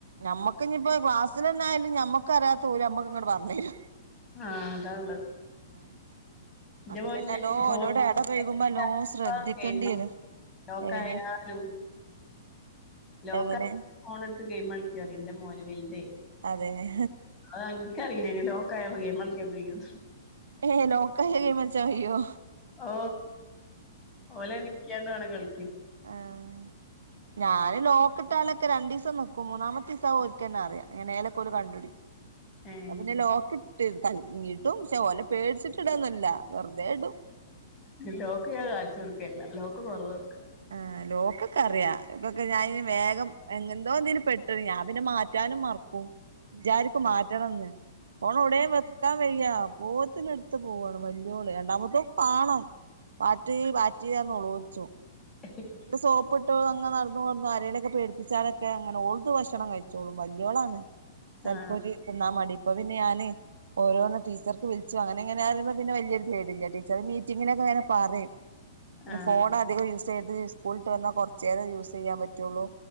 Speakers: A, on the right; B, on the left.
A: ഞമ്മക്ക്ഞ്ഞ്പ്പോ ക്ലാസ്സ്നെന്നായാലും ഞമ്മക്കറിയാത്ത ഓല് മ്മക്ക്ങ്ങട്ട്പറഞ്ഞേരും
B: ആഹ് അതാള്ള
A: <inaudible>
B: ൻ്റെ
A: അപ്പൊ
B: മോൻന്നെ
A: പിന്നെ നല്ലോ
B: ഐ ഫോൺ
A: ഓലോട് എടപഴകുമ്പോ
B: <unintelligible>
A: നല്ലോം
B: ക്കൊ
A: ശ്രദ്ധിക്കേണ്ടി
B: ഗൈമാ
A: വരും
B: ലോക്കായാലു
A: എങ്ങനെ
B: ലോക്ക
A: എങ്ങനെ
B: ഫോണ് ട്ത്ത് ഗൈമ്ളിക്കാറി ന്റെ മോന് വൽദ്
A: അതെന്നെ
B: അഹ് ൻക്കറിലേനു ലോക്കായ ഗൈമൾക്കൊക്കെയ്യു
A: ഹേ ഹേ ലോക്കായ ഗൈമൾച്ചാകയ്യോ
B: ഓ ഒലെ നിക്യാൺ വേണം കളി
A: ആഹ് ഞാന് ലോക് ട്ടാലൊക്കെ രണ്ടിസം ന്ന്ക്കും മൂന്നാമത ത്തിസഓൽക്കലന്നെറിയാ എനെ ലൊക്കൊ ഓല്കണ്ട്ടി
B: ഉം
A: പിന്നെ ലോക്ക്ട്ട് തൽങ്ങീട്ടും ക്ഷെ ഓലെപേട്ച്ചിട്ട്ടന്നല്ല വെർതെ ടും
B: ലോക്ക് ഞാൻ കാൺച്ചോട്ക്കെല്ല ലോക്ക് തൊറന്നോട്ക്ക
A: ആഹ് ലോക്ക്ക്കെറിയാ ഇപ്പക്കെ ഞാ യ്ന് വേഗം എങ് ന്തോന്നില് പെട്ടത് ഞാ പിന്നെ മാറ്റാനും മർ ഉം ജാരിക്കും മാറ്റണംന്ന് ഫോണൊ വ്ടെ വെക്കാവയ്യാ പോത്തിന് ത്ത് പോവാണ് വല്യോള് രണ്ടാമത്തവും പാണം പാറ്റ് പാറ്റ് ർളോളോൾച്ചു
B: എഹ്
A: ട്ട് സോപ്ട്ട് അങ് നട്ന്ന് കൊട്ന്നാ രെലൊക്കെ പേടിപ്പിച്ചാലെക്കെ അങ്ങനെ ഓൾക്ക് ഭക്ഷണം കയിച്ചോളും വല്യോളാണ് ചെൽപ്പൊര്
B: ആ
A: തിന്നാമടി പ്പൊപിന്നെ ഞാന് ഓരോന്ന് ട്ടീച്ചർക്ക് വിൾച്ചു അങ്ങനെ ങ്ങനെ റിമ്പോ പിന്നെ വല്യരു പേടില്ല ടീച്ചർ മീറ്റിങ്ങിനൊക്കെ ങ്ങനെപറി ന്നെ
B: ആ
A: ഫോണഅധികം യൂസിയര്ത് സ്കൂൾട്ട് വന്നാ കൊർച്ചേരം യൂസിയാം പറ്റൊള്ളു